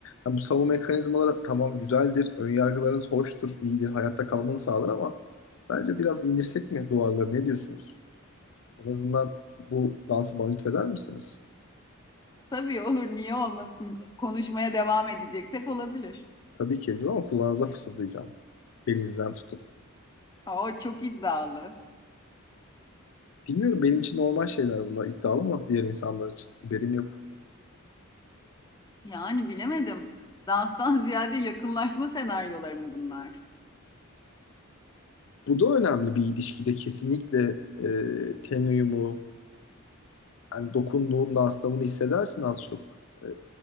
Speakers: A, on the left; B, on the left.
A: yani bu savunma mekanizmaları tamam güzeldir, ön yargılarınız hoştur, iyidir, hayatta kalmanı sağlar ama bence biraz indirsek mi duvarları ne diyorsunuz? En azından bu dansı bana lütfeder misiniz?
B: Tabii olur, niye olmasın? Konuşmaya devam edeceksek olabilir.
A: Tabii ki edin ama kulağınıza fısıldayacağım. Belinizden tutup.
B: Aa, çok iddialı.
A: Bilmiyorum benim için normal şeyler bunlar iddialı mı diğer insanlar için haberim yok.
B: Yani bilemedim. Danstan <laughs> ziyade yakınlaşma senaryoları mı bunlar?
A: Bu da önemli bir ilişkide kesinlikle e, ten uyumu yani dokunduğunda astımını hissedersin az çok. E,